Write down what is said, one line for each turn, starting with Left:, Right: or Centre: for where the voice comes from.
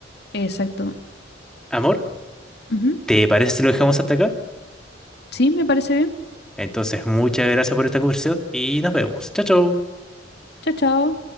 Left: Exacto.
Centre: Amor,
Left: Ujú.
Centre: ¿te parece si lo dejamos hasta acá?
Left: Sí, me parece bien.
Centre: Entonces, muchas gracias por esta conversación y nos vemos. Chao, chao.
Left: Chao, chao.